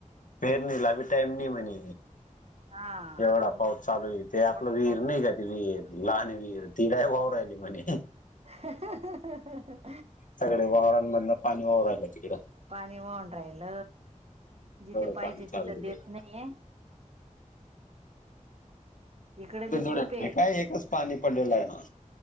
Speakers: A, on the left (about 75°); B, on the right (about 50°).
A: पेरणीला बी टाइम नाही म्हणे
B: हा
A: एवढा
B: मग
A: पाऊस चालू येईल ते आपलं
B: तेवढा
A: विहीर नाही का ते विहीर लहान विर तिड वाव राहिली म्हणे
B: हा हा
A: सगळे वावरांमधन पाणी वाव रायलं तिकडं
B: पाणी वाून राहिल जिथे
A: एवढं
B: पाहिजे
A: पाणी चालू
B: तिथं
A: आहे तिकडं
B: देत नाहीये इकडे बी
A: जुड
B: खूप
A: नाही
B: आहे
A: काय एकच पाणी पडलेलं आहे ना